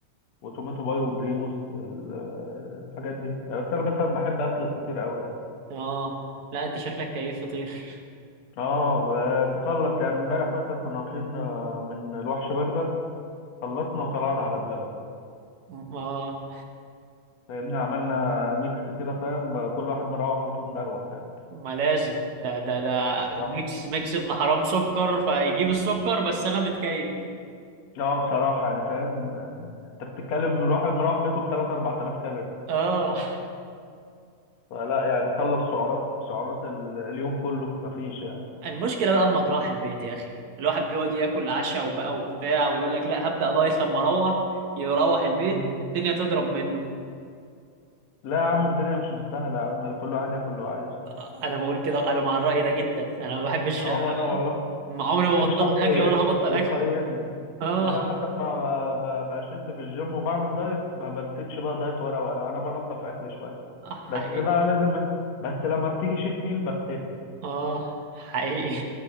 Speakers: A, on the left; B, on the right.
A: وتوماتو باي وبريموز ال- الحاجات دي يعني بس انا مثلا بحب اكل الفطير قوي يعني.
B: اه لا انت شكلك كيف فطير <laughs>
A: اه آه، تخلص يعني امبارح مثلا كنا واكلين آه، من الوحش برجر خلصنا وطلعنا على بلبن
B: ما
A: فاهمني عملنا ميكس كده فاهم كل واحد مروح بيته مدروخ يعني
B: ما لازم ده ده ده
A: بصراحة
B: ميكس ميكس ابن حرام سكر فيجيب السكر بس انا متكيف
A: اه بصراحة يعني فاهم يعني انت بتتكلم الواحد مروح بيته بتلات أربع آلاف كالوري
B: اه
A: فلا يعني خلص سعرات سعرات ال- اليوم كله في مفيش يعني
B: المشكله بقى اما تروح البيت يا اخي الواحد بيقعد ياكل عشاء وبقى وبتاع ويقول لك لا هبدا دايت لما اروح يروح البيت
A: مم.
B: الدنيا تضرب منه
A: لا يا عم الدنيا مش مستاهلة يا عم كل واحد ياكل اللي هو عايزه
B: آه، انا بقول كده انا مع الراي ده جدا انا ما بحبش
A: اه وانا والله
B: ما عمري ما
A: ما احبش
B: بطلت
A: حد ي-
B: اكل ولا هبطل
A: يقيدني
B: اكل اه
A: يعني انا حتى لما ب- ب- بشد في الجيم وبعمل دايت ما بمسكش بقى دايت ورقه وقلم انا بنضف اكل شويه
B: آه،
A: بس
B: حقيقي
A: بقى لازم بس لما بتيجي شيت ميل بفتري
B: اه حقيقي